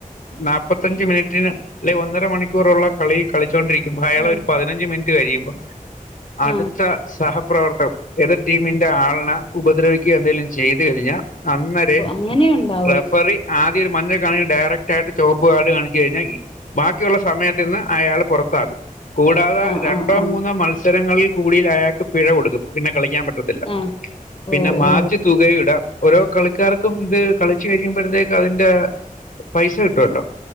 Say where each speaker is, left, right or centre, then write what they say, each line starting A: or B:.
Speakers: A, on the left; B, on the left.
A: നാൽപ്പത്തഞ്ച് മിനിറ്റിന് അല്ലെങ്കിൽ ഒന്നര മണിക്കൂറുള്ള കളിയിൽ കളിച്ചോണ്ടിരിക്കുമ്പൊ അയാളൊരു
B: ഉം
A: പതിനഞ്ച് മി നിറ്റ് കഴിയുമ്പം അടുത്ത
B: ആ
A: സഹപ്രവർത്തകം ഏതിർ ടീമിന്റെ ആളിനെ ഉപദ്രവിക്കുക എന്തേലും ചെയ്ത് കഴിഞ്ഞാൽ അന്നേരേ
B: അങ്ങനെയുണ്ടോ
A: റെഫറി ആദ്യ ഒരു മഞ്ഞ കാണി ഡയറ ക്റ്റായിട്ട് ചൊവപ്പ് കാർഡ് കാണിച്ച് കഴിഞ്ഞാൽ ബാക്കിയുള്ള സമയത്ത് നിന്ന് അയാൾ പുറത്താകും കൂടാതെ
B: ആ
A: രണ്ടോ
B: ആ ആ
A: മൂന്നോ മത്സരങ്ങളിൽ കൂടി അയാൾക്ക് പിഴ കൊടുക്കും പിന്നെ കളിക്കാൻ പ റ്റത്തില്ല
B: ആ
A: പിന്നെ
B: ഓ
A: മാച്ച്
B: ഓ
A: തുകയുടെ ഓരോ കളിക്കാർക്കും ഇത് കളിച്ചു കഴിയുമ്പോഴത്തേക്ക് അതിന്റെ പൈസ കിട്ടുവല്ലോ